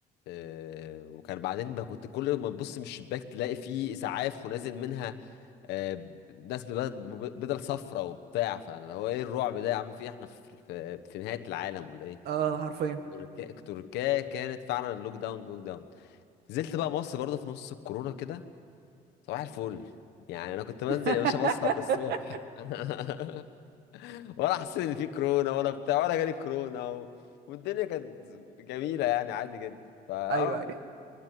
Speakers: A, on the left; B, on the right.
A: آه وكان بعدين ما كنت كل ما تبص من الشباك تلاقي فيه اسعاف ونازل منها آه ناس ببدل, بدل صفرة وبتاع فانا اللي هو ايه الرعب ده يا عم في إيه؟ احنا في, في, في نهاية العالم ولا ايه
B: اه حرفيا
A: تركيا تركيا كانت فعلا اللوك داون لوك داون نزلت بقى مصر برضه في نص الكورونا كده صباح الفل يعني انا كنت بنزل
B: <laughs>
A: يا باشا بسهر للصبح <laughs> ولا حسيت ان في كورونا ولا بتاع ولا جالي كورونا و... والدنيا كانت جميله يعني عادي جدا فاه
B: ايوه ايوه